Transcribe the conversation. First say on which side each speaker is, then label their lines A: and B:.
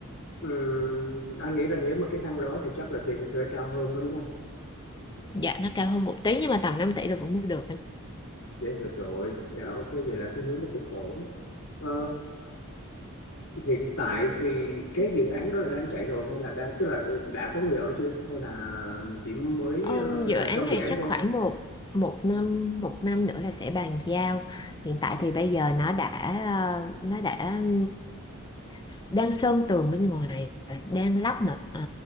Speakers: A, on the left (about 65°); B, on the left (about 20°).
A: ừ, anh nghĩ là nếu mà cái căn đó thì chắc là tiền nó sẽ cao hơn đó đúng không
B: dạ nó cao hơn một tí nhưng mà tầm 5 tỷ là vẫn mua được
A: vậy được rồi dạ ok vậy là cái hướng nó cũng ổn ờ, hiện tại thì cái dự án đó là đang chạy rồi hay là đang tức là đã có người ở chưa hay là chỉ mới
B: Ừm,
A: ờ,
B: dự
A: là
B: án
A: trong
B: này
A: dự án
B: chắc
A: thôi
B: khoảng một một năm một năm nữa là sẽ bàn giao. Hiện tại thì bây giờ nó đã ờ, nó đã ừm, s- đang sơn tường bên ngoài, rồi, đang lắp nữa. Ờ,